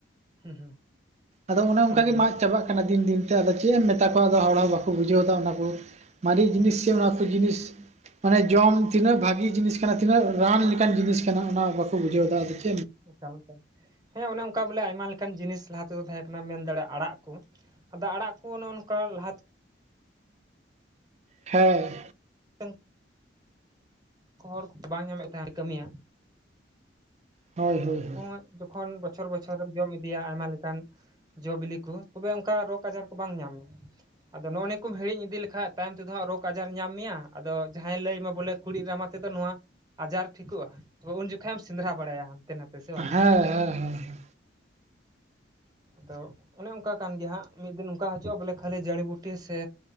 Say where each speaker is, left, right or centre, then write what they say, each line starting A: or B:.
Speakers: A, on the right; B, on the right.
A: ᱦᱮᱸ
B: ᱟᱫᱚ ᱚᱱᱮ
A: ᱦᱮᱸ
B: ᱚᱱᱠᱟᱜᱮᱢ
A: ᱚᱱᱟ
B: ᱟᱜ ᱪᱟᱵᱟᱜ ᱠᱟᱱᱟ ᱫᱤᱱ ᱫᱤᱱᱛᱮ ᱟᱫᱚ ᱪᱮᱫ ᱮᱢ ᱢᱮᱛᱟ ᱠᱚᱣᱟ ᱟᱫᱚ ᱦᱚᱲ ᱦᱚᱸ ᱵᱟ ᱼᱼ ᱠᱚ ᱵᱩᱡᱷᱟᱹᱣ ᱫᱟ ᱚᱱᱟ ᱠᱚ ᱢᱟᱨᱮ ᱡᱤᱱᱤᱥ
A: ᱦᱮᱸ
B: ᱥᱮ ᱚᱱᱟ ᱠᱚ ᱡᱤᱱᱤᱥ ᱢᱟᱱᱮ ᱡᱚᱢ ᱛᱤᱱᱟᱹᱜ ᱵᱷᱟᱜᱤ ᱡᱤᱱᱤᱥ ᱠᱟᱱᱟ ᱛᱤᱱᱟᱹᱜ ᱨᱟᱱ ᱞᱮᱠᱟᱱ ᱡᱤᱱᱤᱥ ᱠᱟᱱᱟ ᱚᱱᱟ ᱵᱟᱠᱚ ᱵᱩᱡᱷᱟᱹᱣ ᱫᱟ ᱟᱫᱚ ᱪᱮ
A: ᱚᱱᱠᱟᱞᱮᱠᱟ ᱦᱮᱸ ᱚᱱᱮ ᱚᱱᱠᱟ ᱵᱚᱞᱮ ᱟᱭᱢᱟ ᱞᱮᱠᱟᱱ ᱡᱤᱱᱤᱥ ᱞᱟᱦᱟ ᱛᱮᱫᱚ ᱛᱟᱦᱮᱸ ᱠᱟᱱᱟ ᱢᱮᱱ ᱫᱟᱲᱮᱭᱟᱜᱼᱟ ᱟᱲᱟᱜ ᱠᱚ ᱟᱫᱚ ᱟᱲᱟᱜ ᱠᱚ ᱱᱚᱜᱼᱚ ᱱᱚᱝᱠᱟ ᱞᱟᱦᱟᱛᱮ
B: ᱦᱮᱸ
A: <inaudible> ᱦᱚᱲ ᱠᱚᱫᱚ ᱵᱟᱝ ᱧᱟᱢᱮᱫ ᱛᱟᱦᱮᱸ ᱠᱟᱹᱢᱤᱭᱟ
B: ᱦᱳᱭ ᱦᱳᱭ ᱦᱳᱭ
A: ᱚᱡ ᱡᱚᱠᱷᱚᱱ ᱵᱚᱪᱷᱚᱨ ᱵᱚᱪᱷᱚᱨᱮᱢ ᱡᱚᱢ ᱤᱫᱤᱭᱟ ᱟᱭᱢᱟ ᱞᱮᱠᱟᱱ ᱡᱚ ᱵᱤᱞᱤ ᱠᱚ ᱛᱚᱵᱮ ᱚᱱᱠᱟ ᱨᱳᱜᱽ ᱟᱡᱟᱨ ᱠᱚ ᱵᱟᱝ ᱧᱟᱢ ᱢᱮᱭᱟ ᱟᱫᱚ ᱱᱚᱜᱼᱱᱤᱭᱟᱹ ᱠᱚᱢ ᱦᱤᱲᱤᱧᱤᱫ ᱞᱮᱠᱷᱟᱡ ᱛᱟᱭᱚᱢ ᱛᱮᱫᱚ ᱦᱟᱸᱜ ᱨᱳᱜᱽ ᱟᱡᱟᱨ ᱧᱟᱢ ᱢᱮᱭᱟ ᱟᱫᱚ ᱡᱟᱦᱟᱸᱭ ᱞᱟᱹᱭᱟᱢᱟ ᱵᱚᱞᱮ ᱠᱩᱸᱲᱤᱫ ᱨᱟᱢᱟ ᱛᱮᱫᱚ ᱱᱚᱣᱟ ᱟᱡᱟᱨ ᱴᱷᱤᱠᱚᱜᱼᱟ ᱛᱚᱵᱮ ᱩᱱ ᱡᱚᱠᱷᱮᱡ ᱮᱢ ᱥᱮᱸᱫᱽᱨᱟ ᱵᱟᱲᱟᱭᱟ ᱦᱟᱱᱛᱮ ᱱᱟᱛᱮ ᱦᱮᱥᱮ ᱵᱟᱝ
B: ᱦᱮᱸ ᱦᱮᱸ ᱦᱮᱸ
A: ᱟᱫᱚ ᱚᱱᱮ ᱚᱱᱠᱟ ᱠᱟᱱ ᱜᱮᱭᱟ ᱦᱟᱹᱜ ᱢᱤᱫ ᱫᱤᱱ ᱚᱱᱠᱟ ᱦᱤᱡᱩᱜᱼᱟ ᱵᱚᱞᱮ ᱠᱷᱟᱹᱞᱤ ᱡᱟᱹᱲᱤ ᱵᱩᱴᱤ ᱥᱮ